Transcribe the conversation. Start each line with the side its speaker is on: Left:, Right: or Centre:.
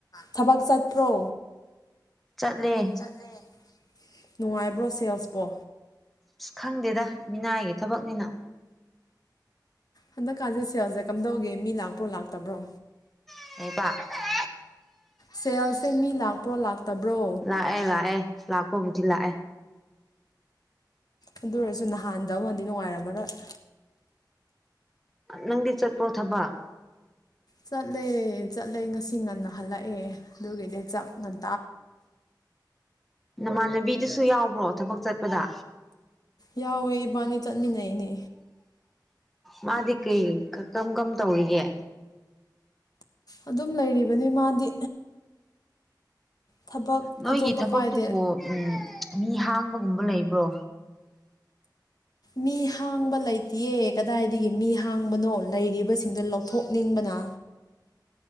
Left: ꯊꯕꯛ ꯆꯠꯇ꯭ꯔꯣ
Centre: ꯆꯠꯂꯦ
Left: ꯆꯠꯂꯦ꯫ ꯅꯨꯡꯉꯥꯏꯕ꯭ꯔꯣ ꯁꯦꯜꯁꯄꯣ꯫
Centre: ꯑꯁ ꯈꯪꯗꯦꯗ ꯃꯤꯅꯥꯏꯒꯤ ꯊꯕꯛꯅꯤꯅ꯫
Left: ꯍꯟꯗꯛꯀꯥꯟꯁꯦ ꯁꯦꯜꯁꯦ ꯀꯝꯗꯧꯒꯦ ꯃꯤ ꯂꯥꯛꯄ꯭ꯔꯣ ꯂꯥꯛꯇꯕ꯭ꯔꯣ꯫
Centre: <inaudible>
Left: ꯁꯦꯜꯁꯦ ꯃꯤ ꯂꯥꯛꯄ꯭ꯔꯣ ꯂꯥꯛꯇꯕ꯭ꯔꯣ꯫
Centre: ꯑꯥꯏ ꯂꯥꯛꯑꯦ ꯂꯥꯛꯄꯕꯨꯗꯤ ꯂꯥꯛꯑꯦ꯫
Left: ꯑꯗꯨ ꯑꯣꯏꯔꯁꯨ ꯅꯍꯥꯟꯗ ꯑꯃꯗꯤ ꯅꯨꯡꯉꯥꯏꯔꯝꯃꯔꫭꯏ꯫
Centre: ꯅꯪꯗꯤ ꯆꯠꯄ꯭ꯔꯣ ꯊꯕꯛ꯫
Left: ꯆꯠꯂꯦ ꯆꯠꯂꯦ ꯉꯁꯤ ꯉꯟꯅ ꯍꯜꯂꯛꯑꯦ ꯑꯗꯨꯒꯤꯅꯦ ꯆꯥꯛ ꯉꯟ
Centre: ꯅꯃꯥꯟꯅꯕꯤꯗꯨꯁꯨ ꯌꯥꯎꯕ꯭ꯔꯣ ꯊꯕꯛ ꯆꯠꯄꯗ꯫
Left: ꯌꯥꯎꯋꯦ ꯏꯕꯥꯅꯤ ꯆꯠꯃꯤꯟꯅꯩꯅꯦ꯫
Centre: ꯃꯥꯗꯤ ꯀꯩ ꯀꯔꯝ ꯀꯔꯝ ꯇꯧꯔꯤꯒꯦ꯫
Left: ꯑꯗꯨꯝ ꯂꯩꯔꯤꯕꯅꯤ ꯃꯥꯗꯤ꯫ ꯊꯕꯛ
Centre: ꯅꯣꯏꯒꯤ
Left: ꯑꯇꯣꯞꯄ
Centre: ꯊꯕꯛꯇꯨꯕꯨ
Left: ꯄꯥꯏꯗꯦ
Centre: ꯎꯝ ꯃꯤ ꯍꯥꯡꯕꯒꯨꯝꯕ ꯂꯩꯕ꯭ꯔꯣ꯫
Left: ꯃꯤ ꯍꯥꯡꯕ ꯂꯩꯇꯏꯌꯦ ꯀꯗꯥꯏꯗꯒꯤ ꯃꯤ ꯍꯥꯡꯕꯅꯣ ꯂꯩꯔꯤꯕꯁꯤꯡꯗꯣ ꯂꯧꯊꯣꯛꯅꯤꯡꯕꯅ꯫